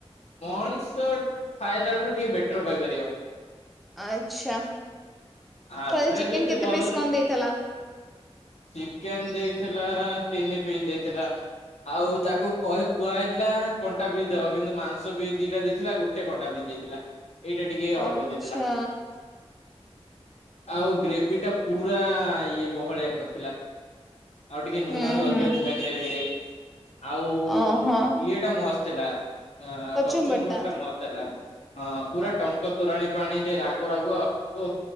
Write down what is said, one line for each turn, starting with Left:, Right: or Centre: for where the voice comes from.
Left: ମଣିଷ ଖାଇଲା ଠୁ ଟିକେ ବେଟର୍ କହିପାରିବ।
Centre: ଆଚ୍ଛା
Left: ଆଭ୍ରେଜ୍
Centre: ତାହେଲେ ଚିକେନ
Left: ରୁ ସେ
Centre: କେତେ
Left: ଭଲ
Centre: ପିସ୍
Left: ଥିଲ୍
Centre: କଣ ଦେଇଥିଲା?
Left: ଚିକେନ ଦେଇଥିଲା, ତିନି ପିସ୍ ଦେଇଥିଲା। ଆଉ ତାକୁ କହି କୁହାହେଇଥିଲା କଣ୍ଟା ପିସ୍ ଦବା କିନ୍ତୁ ମାଂ ସ ପିସ୍ ଦିଟା ଦେଇଥିଲା ଗୋଟେ କଣ୍ଟା ପିସ୍ ଦେଇଥିଲା। ଏଇଟା ଟିକେ ଅଡ୍
Centre: ଆଚ୍ଛା
Left: କରି ଦେଇଥିଲା। ଆଉ ଗ୍ରେଭିଟା ପୁରାଁ ଇଏଁ ବହଳିଆ କରିଥିଲା। ଆଉ ଟିକେ ନୁଣ
Centre: ହୁଁ
Left: ବି ଅଧିକ
Centre: ହୁଁ
Left: ଥିଲା ଗ୍ରେଭିରେ। ଆଉ
Centre: ଓହୋ।
Left: ଇଏ ଟା ମସ୍ତ୍ ଥିଲା ଅ
Centre: କଚୁମ୍ବର
Left: ପଶ୍ଚିମ ପଟଟା
Centre: ଟା
Left: ମସ୍ତ୍ ଥିଲା। ପୁରା
Centre: ଆଉ
Left: ଟଙ୍କ୍ ଟଙ୍କତୋରାଣୀ ପାଣି ଟିକେ ରାଗୁ ରାଗୁଆ ଓଃ